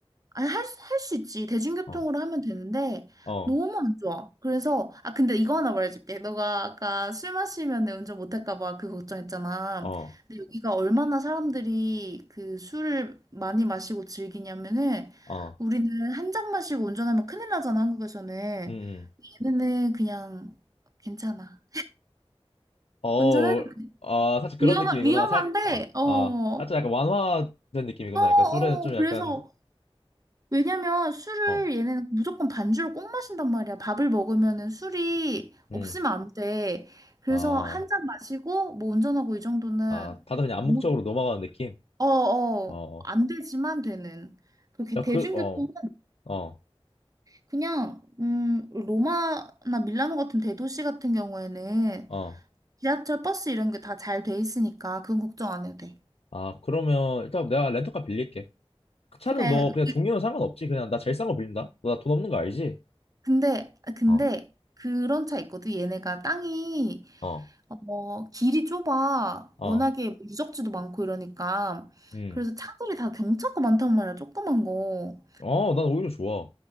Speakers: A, on the right; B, on the left.
A: 아니, 할, 수- 할 수 있지. 대중교통으로
B: 어,
A: 하면 되는데,
B: 어,
A: 너무 안 좋아. 그래서, 아, 근데 이거 하나 말해줄게. 너가 아까 술 마시면 운전 못할까봐 그 걱정했잖아.
B: 어,
A: 근데 여기가 얼마나 사람들이 그 술을 많이 마시고 즐기냐면은,
B: 어,
A: 우리는 한 잔 마시고 운전하면 큰일 나잖아, 한국에서는.
B: 음, 음.
A: 얘네는 그냥 괜찮아.
B: 어,
A: 운전해도
B: 아, 사실 그런
A: 위험,
B: 느낌이구나.
A: 위험한데,
B: 살, 아,
A: 어. 어,
B: 아, 살짝 약간 완화된 느낌이구나.
A: 어,
B: 약간 술에는 좀
A: 그래서
B: 약간,
A: 왜냐면 술을
B: 좀, 어,
A: 얘네는 무조건 반주로 꼭 마신단 말이야. 밥을 먹으면은 술이
B: 음,
A: 없으면 안 돼. 그래서
B: 아,
A: 한 잔 마시고 뭐 운전하고 이 정도는
B: 아, 다들 그냥 암묵적으로
A: 아무
B: 넘어가는 느낌?
A: 어어
B: 어. 어.
A: 안 되지만 되는 그렇게
B: 야,
A: 대중교통은
B: 그, 어, 어,
A: 그냥 음 로마나 밀라노 같은 대도시 같은 경우에는
B: 어.
A: 지하철, 버스 이런 게 다 잘 돼 있으니까 그건 걱정 안 해도 돼.
B: 아, 그러면 일단 내가 렌터카 빌릴게. 그 차는
A: 그래.
B: 너 그냥 종류는 상관없지. 그냥 나 제일 싼 거 빌린다. 너 나 돈 없는 거 알지?
A: 근데, 근데
B: 어,
A: 그런 차 있거든. 얘네가 땅이
B: 어,
A: 어, 길이 좁아.
B: 어,
A: 워낙에 뭐 유적지도 많고 이러니까.
B: 음.
A: 그래서 차들이 다 경차가 많단 말이야. 조그만 거.
B: 어, 난 오히려 좋아.